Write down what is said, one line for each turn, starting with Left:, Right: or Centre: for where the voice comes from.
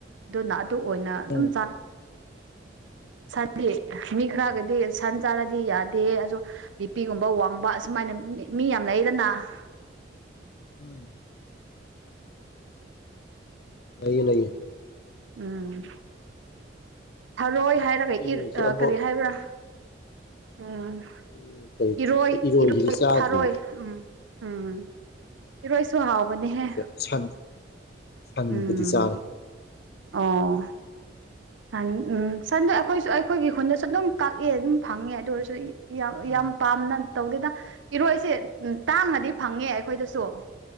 Right: ꯑꯗꯨꯅ ꯑꯗꯨ ꯑꯣꯏꯅ ꯑꯗꯨꯝ
Left: ꯎꯝ
Right: ꯆꯥ ꯁꯥꯟꯇ ꯃꯤ
Left: ꯑꯣ
Right: ꯈꯔꯒꯦꯗꯤ ꯁꯥꯟ ꯆꯥꯔꯗꯤ ꯌꯥꯗꯦ ꯑꯗꯣ ꯕꯤꯄꯤꯒꯨꯝꯕ ꯋꯥꯡꯕ ꯑꯁꯨꯃꯥꯏꯅ ꯃꯤ ꯌꯥꯝ ꯂꯩꯗꯅ <unintelligible>
Left: ꯎꯝ ꯂꯩꯌꯦ ꯅꯌꯦ
Right: ꯎꯝ ꯊꯔꯣꯏ ꯍꯥꯏꯔꯒ
Left: ꯑꯩ ꯏꯔꯣꯏꯁꯦ
Right: ꯏ
Left: ꯑꯃꯨꯛ
Right: ꯀꯔꯤ ꯍꯥꯏꯕ꯭ꯔꯥ ꯎꯝ
Left: ꯑꯩ ꯀꯔꯤ
Right: ꯏꯔꯣꯏ
Left: ꯑꯩ ꯏꯔꯣꯏꯁꯤꯗꯤ
Right: ꯏꯔꯣꯏ
Left: ꯆꯥꯗ꯭ꯔꯤ
Right: ꯊꯥꯔꯣꯏ ꯎꯝ ꯎꯝ ꯏꯔ ꯁ ꯍꯥꯎꯕꯅꯦꯍꯦ
Left: ꯑꯗꯨꯒ ꯁꯟ ꯁꯟꯕꯨꯗꯤ
Right: ꯎꯝ
Left: ꯆꯥꯔꯦ
Right: ꯑꯣ ꯁꯟ ꯎꯝ ꯁꯟꯗ ꯑꯩꯈꯣꯏꯁꯨ ꯑꯩꯈꯣꯏꯒꯤ ꯈꯨꯟꯗꯁꯨ ꯑꯗꯨꯝ ꯀꯛꯑꯦ ꯑꯗꯨꯝ ꯐꯪꯉꯦ ꯑꯗꯨ ꯑꯣꯏꯔꯁꯨ ꯌꯥꯝ
Left: ꯎꯝ
Right: ꯌꯥꯝ ꯄꯥꯝꯅ ꯇꯧꯗꯗ ꯏꯔꯣꯏꯁꯦ ꯎ ꯇꯥꯡꯉꯗꯤ ꯐꯪꯉꯦ ꯑꯩꯈꯣꯏꯗꯁꯨ